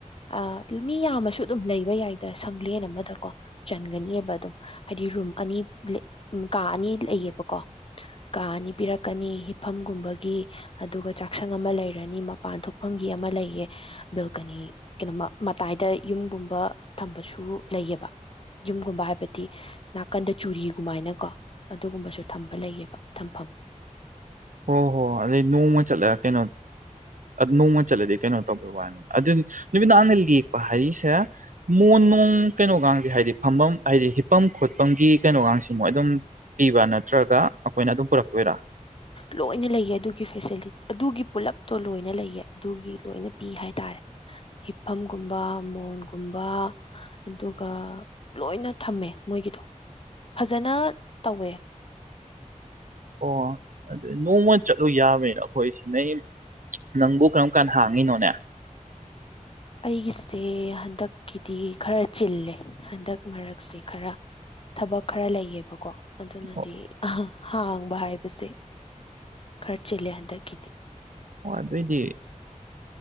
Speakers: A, on the left; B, on the right.
A: ꯑ ꯃꯤ ꯌꯥꯝꯃꯁꯨ ꯑꯗꯨꯝ ꯂꯩꯕ ꯌꯥꯏꯗꯣ ꯁꯪꯂꯦꯟ ꯑꯃꯗꯀꯣ ꯆꯟꯒꯅꯤꯕ ꯑꯗꯨꯝ ꯍꯥꯏꯗꯤ ꯔꯨꯝ ꯑꯅꯤ ꯀꯥ ꯑꯅꯤ ꯂꯩꯌꯦꯕꯀꯣ ꯀꯥ ꯑꯅꯤ ꯄꯤꯔꯛꯀꯅꯤ ꯍꯤꯐꯝꯒꯨꯝꯕꯒꯤ ꯑꯗꯨꯒ ꯆꯥꯛꯁꯪ ꯑꯃ ꯂꯩꯔꯅꯤ ꯃꯄꯥꯟ ꯊꯣꯛꯐꯝꯒꯤ ꯑꯃ ꯂꯩꯌꯦ ꯕꯦꯜꯀꯅꯤ ꯀꯩꯅꯣ ꯃꯇꯥꯏꯗ ꯌꯨꯝꯒꯨꯝꯕ ꯊꯝꯕꯁꯨ ꯂꯩꯌꯦꯕ ꯌꯨꯝꯒꯨꯝꯕ ꯍꯥꯏꯕꯗꯤ ꯅꯥꯀꯟꯗ ꯆꯨꯔꯤꯒꯨꯝꯃꯥꯏꯅ ꯀꯣ ꯑꯗꯨꯒꯨꯝꯕꯁꯨ ꯊꯝꯕ ꯂꯩꯌꯦꯕ ꯊꯝꯐꯝ
B: ꯍꯣ ꯍꯣ ꯑ ꯅꯣꯡ ꯃ ꯆꯠꯂ ꯀꯩꯅꯣ ꯅꯣꯡꯃ ꯆꯠꯂꯗꯤ ꯀꯩꯅꯣ ꯇꯧꯕꯩ ꯋꯥꯅꯤ ꯑꯗꯨꯗꯤ ꯅꯨꯃꯤꯠꯗꯥꯡꯅ ꯂꯦꯛꯄ ꯍꯥꯏꯔꯤꯁꯦ ꯃꯣꯟ ꯅꯨꯡ ꯀꯩꯅꯣꯒꯁꯦ ꯍꯥꯏꯗꯤ ꯐꯝꯐꯝ ꯍꯥꯏꯗꯤ ꯍꯤꯐꯝꯝ ꯈꯣꯠꯄꯒꯤ ꯀꯩꯅꯣꯒꯁꯤ ꯃꯣꯏ ꯑꯗꯨꯝ ꯄꯤꯕ ꯅꯠꯇ꯭ꯔꯒ ꯑꯩꯈꯣꯏꯅ ꯑꯗꯨꯝ ꯄꯨꯔꯛꯇꯣꯏꯔꯥ
A: ꯂꯣꯏꯅ ꯂꯩꯌꯦ ꯑꯗꯨꯒꯤ ꯐꯦꯁꯤꯂꯤ ꯑꯗꯨꯒꯤ ꯄꯨꯂꯞꯇꯣ ꯂꯣꯏꯅ ꯂꯩꯌꯦ ꯑꯗꯨꯒꯤ ꯂꯣꯏꯅ ꯄꯤ ꯍꯥꯏ ꯇꯔꯦ ꯍꯤꯞꯐꯝꯒꯨꯝꯕ ꯃꯣꯟꯒꯨꯝꯕ ꯑꯗꯨꯒ ꯂꯣꯏꯅ ꯊꯝꯃꯦ ꯃꯣꯏꯒꯤꯗꯣ ꯐꯖꯅ ꯇꯧꯋꯦ
B: ꯑꯣ ꯑꯗꯨ ꯅꯣꯡꯃ ꯆꯠꯂꯨ ꯌꯥꯕꯅꯤꯅ ꯑꯩꯈꯣꯏꯁꯤ ꯅ ꯅꯪꯕꯨ ꯀꯔꯝ ꯀꯥꯟꯗ ꯍꯥꯡꯉꯤꯅꯣꯅꯦ
A: ꯑꯩꯒꯤꯁꯦ ꯍꯟꯗꯛꯀꯤꯗꯤ ꯈꯔ ꯆꯤꯜꯂꯦ ꯍꯟꯗꯛ ꯃꯔꯛꯁꯦ ꯈꯔ ꯊꯕꯛ ꯈꯔ ꯂꯩꯌꯦꯕꯀꯣ ꯑꯗꯨꯅꯗꯤ
B: ꯑꯣ
A: ꯍꯥꯡꯕ ꯍꯥꯏꯕꯁꯦ ꯈꯔ ꯆꯤꯜꯂꯦ ꯍꯟꯇꯛꯀꯤꯗꯤ
B: ꯍꯣꯏ ꯑꯗꯨꯏꯗꯤ